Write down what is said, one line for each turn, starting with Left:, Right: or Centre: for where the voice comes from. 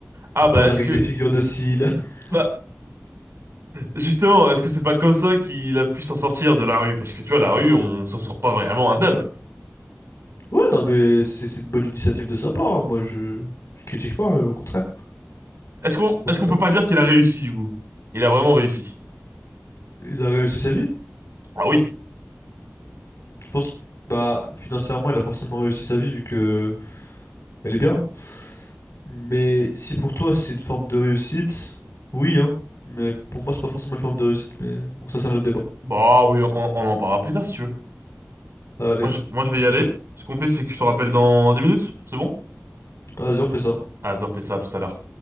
Right: Ah
Left: il parle
Right: bah est-ce
Left: avec
Right: que
Left: des figures de style. <laughs>
Right: bah justement, est-ce que c'est pas comme ça qu'il a pu s'en sortir de la rue? Parce que tu vois, la rue, on s'en sort pas vraiment indemne.
Left: Ouais, non, mais c'est c'est une bonne initiative de sa part, hein. Moi, je. Je critique pas, euh, au contraire.
Right: Est-ce qu'on
Left: Au
Right: est-ce
Left: contraire.
Right: qu'on peut pas dire qu'il a réussi du coup? Il a vraiment réussi.
Left: Il a réussi sa vie.
Right: Ah oui.
Left: Je pense, bah, financièrement, elle a forcément réussi sa vie vu que elle est bien. Mais si pour toi c'est une forme de réussite, oui, hein. Mais pour moi, c'est pas forcément une forme de réussite. Mais bon, ça, c'est un autre débat.
Right: Bah oui, on, on en parlera plus tard si tu veux.
Left: Allez,
Right: Moi je, moi je
Left: pas
Right: vais
Left: de
Right: y aller.
Left: soucis.
Right: Ce qu'on fait c'est que je te rappelle dans 10 minutes, c'est bon?
Left: Vas-y, on fait ça.
Right: Ah, on fait ça tout à l'heure.